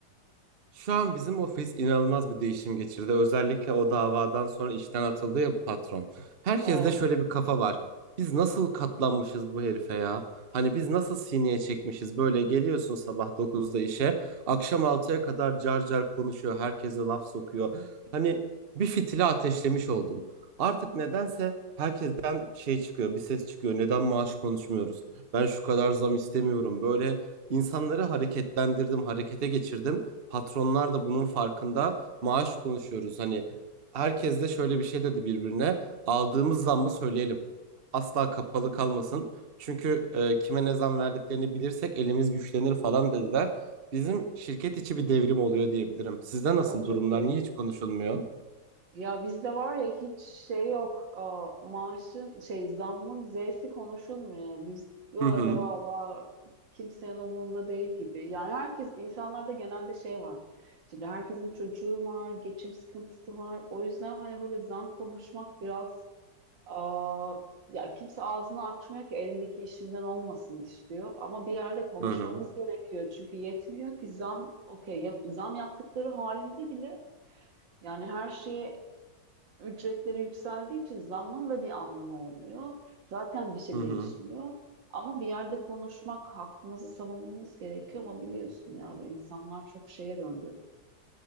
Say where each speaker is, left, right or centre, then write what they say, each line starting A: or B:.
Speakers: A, on the right; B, on the right.
A: Şu an bizim ofis inanılmaz bir değişim geçirdi. Özellikle o davadan sonra işten atıldı ya bu patron. Herkeste
B: Evet,
A: şöyle bir kafa var. Biz nasıl katlanmışız bu herife ya? Hani biz nasıl sineye çekmişiz? Böyle geliyorsun sabah dokuzda işe, akşam altıya kadar car car konuşuyor, herkese laf sokuyor. Hani bir fitili ateşlemiş oldum. Artık nedense herkesten şey çıkıyor, bir ses çıkıyor. Neden maaş konuşmuyoruz? Ben şu kadar zam istemiyorum. Böyle insanları hareketlendirdim, harekete geçirdim. Patronlar da bunun farkında. Maaş konuşuyoruz. Hani herkes de şöyle bir şey dedi birbirine. Aldığımız zammı söyleyelim. Asla kapalı kalmasın. Çünkü e, kime ne zam verdiklerini bilirsek elimiz güçlenir falan dediler. Bizim şirket içi bir devrim oluyor diyebilirim. Sizde nasıl
B: o çok
A: durumlar?
B: iyi.
A: Niye hiç konuşulmuyor?
B: Ya bizde var ya hiç şey yok. Aa, maaşın şey zammın Z'si konuşulmuyor. Biz böyle
A: Hı hı.
B: valla kimsenin umurunda değil gibi. Yani herkes insanlarda genelde şey var. Şimdi herkesin çocuğu var, geçim sıkıntısı var. O yüzden hani böyle zam konuşmak biraz aa, ya kimse ağzını açmıyor ki elindeki işimden olmasın istiyor. Ama bir yerde konuşmamız
A: Hı hı.
B: gerekiyor. Çünkü yetmiyor ki zam okey yap, zam yaptıkları halinde bile yani her şeye ücretleri yükseldiği için zammın da bir anlamı olmuyor. Zaten bir şey
A: Hı hı.
B: değişmiyor. Ama bir yerde konuşmak, hakkımızı savunmamız gerekiyor ama biliyorsun ya bu insanlar çok şeye döndü.